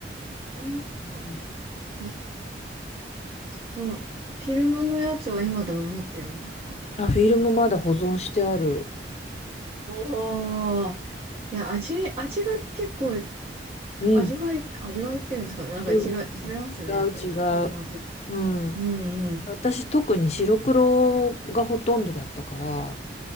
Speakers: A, on the right (about 30°); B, on the left (about 35°).
A: あ
B: うん
A: ーどの、フィルムのやつは今でも持ってるんですか
B: あ、フィルムまだ保存してある。
A: おー。いや、味、味が結構、
B: うん。
A: 味わい、味わいっていうんですかね。なんか違い、
B: うんうん違う違う。
A: 違いますね。やっぱり、フィルムと。
B: うん。
A: うんうん。
B: 私特に白黒がほとんどだったから、